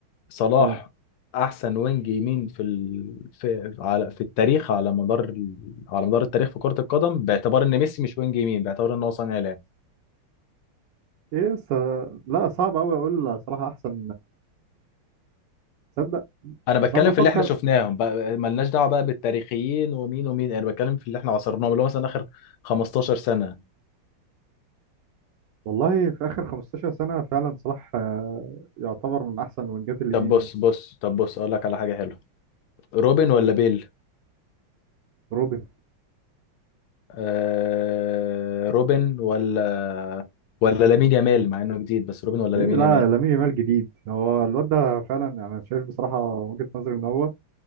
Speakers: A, on the left; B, on the right.
A: صلاح
B: اه
A: احسن وينج يمين في ال... في على في التاريخ على مدار ال... على مدار التاريخ في كرة القدم باعتبار ان ميسي مش وينج يمين باعتبار ان هو صانع لعب
B: ايه س... لا صعب قوي اقول صراحه احسن تصدق
A: انا بتكلم
B: بس انا بفكر
A: في اللي احنا شفناهم بقى ملناش دعوة بقى بالتاريخيين ومين ومين انا بتكلم في اللي احنا عاصرناهم اللي هو مثلا اخر 15 سنة
B: والله في آخر 15 سنة فعلا صلاح آه، يعتبر من أحسن وينجات اليمين
A: طب بص بص طب بص اقول لك على حاجة حلوة روبن ولا بيل
B: روبن
A: آه... روبن ولا ولا لامين يامال مع انه جديد بس روبن ولا
B: إيه
A: لامين
B: لا
A: يامال
B: لامين يامال جديد هو الواد ده فعلا يعني أنا شايف بصراحة وجهة نظري إن هو